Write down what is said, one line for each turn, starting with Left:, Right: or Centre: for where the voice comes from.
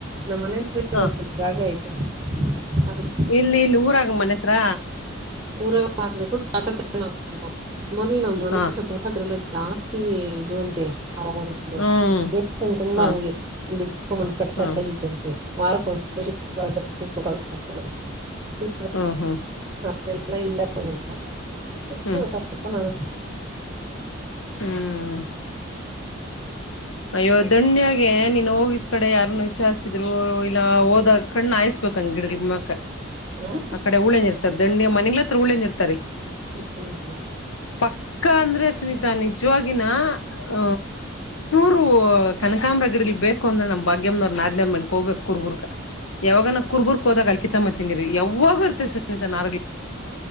Right: ನಮ್ಮ ಮನೆತ್ರ ಇವಾಗ
Left: ಹಾ
Right: ಸ್ವಲ್ಪ ಜಾಗ ಐತೆ ಅದು
Left: ಇಲ್ಲಿ ಇಲ್ಲಿ ಊರಾಗ ಮನೆ ಹತ್ರ
Right: ಊರಲ್ಲ ಹಾಕ್ಬೇಕು ತಟ ಹಾಕ್ಬೇಕು ಮೊದ್ಲಿ ನಮ್ಮ್ ಮನೆ
Left: ಹಾ
Right: ಅದ್ರಲ್ಲ ಜಾಸ್ತಿ ಇದು ಅಂತೆ ಒಂದು
Left: ಹ್ಮ್
Right: ದ ತುಂಬಾ
Left: ಹಾ
Right: ಹಂಗೆ ಬಿಡ್ಸ್ಕೊಂಡಂದ ಕಟ್ತಾ
Left: ಹಾ ಹಾ
Right: ಮಾರ್ಕ್ ಒಂದಸ ಕೊಡ ಕೊಡ ಇ
Left: ಹಾ ಹಾ
Right: ಅಷ್ಟೆಲ್ಲ ಇಲ್ಲ ಹ
Left: ಹ್ಮ್
Right: ನ ಸಿ
Left: ಹ್ಮ
Right: ಅಷ್ಟೆಲ್ಲ
Left: ಅಯ್ಯೋ ದಣ್ಯಾಗೆ
Right: ಬಿಟ್ಟು.
Left: ನೀನು ಹೋಗಿದ್ ಕಡೆ ಯಾರನ್ನ ವಿಚಾರಸಿದ್ರು ಇಲ್ಲ ಹೋದಾಗ ಕಣ್ಣ ಹಾಯಿಸಸ್ಬೇಕ ಹಂಗ ಗಿಡ ಮ
Right: ಹ್ಮ್
Left: ಆ ಕಡೆ ಉಳೇಂಜ ಇರ್ತಾರ ದಂಡಿ ಮನೆಗ್ಲ ಹತ್ರ ಉಳೇಜ್ ಇರ್ತಾರಿ
Right: ಹ್ಮ್
Left: ಪಕ್ಕ ಅಂದ್ರೆ ಸುನೀತಾ ನಿಜವಾಗಿನ ಹ ರು ಕನಕಾಂಬ್ರ ಗಡಗ್ಲಿ ಬೇಕ ಅಂದ್ರೆ ನಮ್ ಭಾಗ್ಯಮನವ್ ನನೇರ್ ಮನೆಕ್ ಹೋಗಬೇಕ ಕುರ್ಬುರ್ಗ ಯಾವಾಗ ನ ಕುರ್ಬುರ್ಕ್ ಹೋದಾಗ ಅಲ್ ಕಿತತ್ತ್ತಿನಿರಿ ಯಾವಾಗ ಇರ್ತ ಸುನೀತಾ ನಾರ್